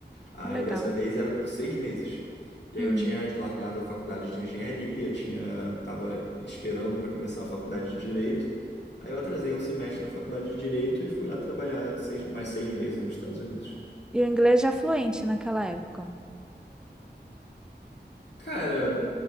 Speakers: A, on the left; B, in the centre.
A: Aí
B: Que legal.
A: dessa vez era por seis meses. E aí
B: Hum.
A: eu tinha largado a faculdade de engenharia, tinha tava esperando para começar a faculdade de direito. Aí eu atrasei um semestre na faculdade de direito e fui lá trabalhar seis- mais seis meses nos Estados Unidos.
B: E o inglês já fluente naquela época.
A: Cara,